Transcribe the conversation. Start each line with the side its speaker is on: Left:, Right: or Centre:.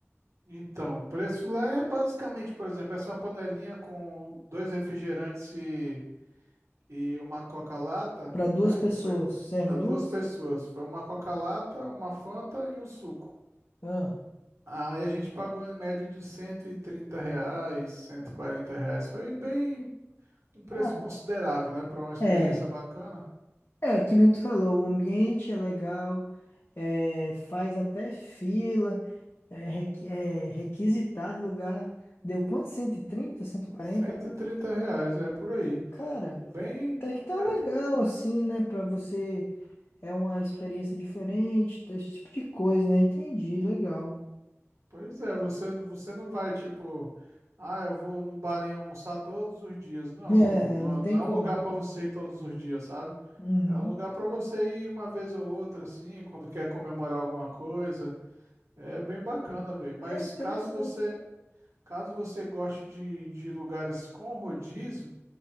Right: Então, o preço lá é basicamente, por exemplo, essa panelinha com dois refrigerantes e e uma Coca-Lata,
Left: Pra duas
Right: né?
Left: pessoas,
Right: Foi
Left: serve
Right: para
Left: duas?
Right: duas pessoas. Foi uma Coca-Lata, uma Fanta e um suco.
Left: Ah.
Right: Aí a gente pagou em média de 130 reais, 140 reais. Foi bem um preço
Left: Ah,
Right: considerável, né? Para uma experiência
Left: é.
Right: bacana.
Left: É, que nem tu falou, o ambiente é legal, é, faz até fila, é, requi- é requisitado lugar. Deu quanto? 130, 140,
Right: cento e
Left: né?
Right: trinta reais, é por aí.
Left: Cara,
Right: Bem,
Left: até que tá
Right: é,
Left: legal,
Right: p-
Left: assim, né? Pra você, é uma experiência diferente, tá, esse tipo de coisa, né? Entendi, legal.
Right: pois é, você, você não vai tipo, ah, eu vou no bar em almoçar todos os dias. Não,
Left: É,
Right: mano, não,
Left: não tem
Right: é- não
Left: como.
Right: é um lugar para você ir todos os dias, sabe?
Left: Uhum.
Right: É um lugar para você ir uma vez ou outra, assim, quando quer comemorar alguma coisa. É bem bacana, velho. Mas
Left: É interessante.
Right: caso você, caso você goste de, de lugares com rodízio,